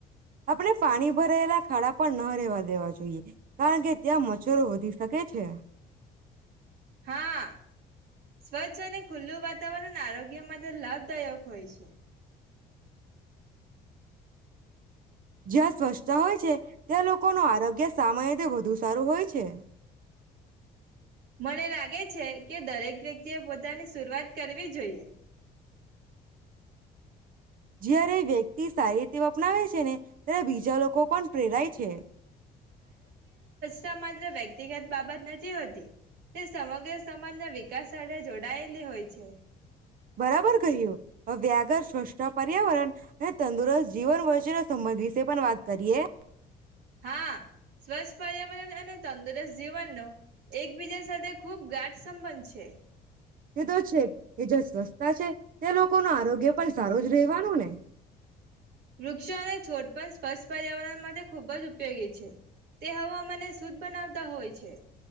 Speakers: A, on the right; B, on the right.
A: આપણે પાણી ભરાયેલા ખાડા પણ ન રહેેવા દેવા જોઈએ. કારણ કે ત્યાં મચ્છરો વધી શકે. છે
B: હા સ્વચ્છ અને ખુલ્લું વાતાવરણ આરોગ્ય માટે લાભદાયક હોય છે.
A: જ્યાં સ્વચ્છતા હોય છે. ત્યાં લોકોનું આરોગ્ય <unintelligible> રીતે વધુ સારું હોય છે.
B: મને લાગે છે. કે દરેક વ્યક્તિ એ પોતાની <unintelligible> કરવી જોઈએ.
A: <unintelligible> વ્યક્તિ સારી રીતે અપનાવે છે. ને ત્યારે બીજા લોકો પણ પ્રેરાય છે.
B: સમાજ વ્યક્તિગત બાબત નથી હોતી તે સમગ્ર સમાજના વિકાસ સાથે જોડાયેલી હોય છે.
A: બરાબર કહીયો વ્યાઘ્ર સ્વચ્છ પર્યાવરણ અને તંદુરસ્ત જીવન વ રાજ્યના સંબંધ વિશે પણ વાત કરીએ
B: હા સ્વચ્છ પર્યાવરણ અને તંદુરસ્ત જીવનનો એકબીજા સાથે ખૂબ ગાઢ સંબંધ છે
A: તે તો છે કે જ્યાં સ્વચસ્થતા છે ત્યાં લોકો ન આરોગ્ય પણ સારું જ રહેવાનું ને
B: વૃક્ષો અને છોડ પણ સ્વચ્છ પર્યાવરણ માટે ખુબ જ ઉપયોગી છે તે હવામાને શુદ્ધ બનાવતા હોય છે